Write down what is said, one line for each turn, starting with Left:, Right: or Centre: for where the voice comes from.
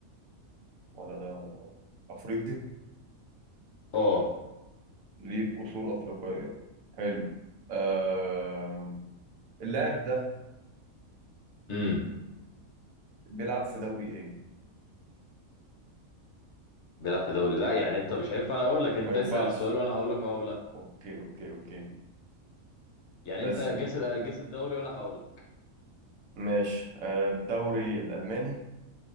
Right: ولا ده ولا ده أفريقي
Left: اه
Right: ليه أصول أفريقية حلو آم، اللاعب ده
Left: امم
Right: بيلعب في دوري إيه؟
Left: بيلعب في دوري لا يعني انت مش هينفع انا اقول لك انت
Right: ما ينفعش
Left: اسال السؤال وانا هقول لك اه او لا
Right: اوكي اوكي اوكي
Left: يعني
Right: لازم
Left: انت جس جس الدوري وانا هقول لك
Right: ماشي آه، الدوري الالماني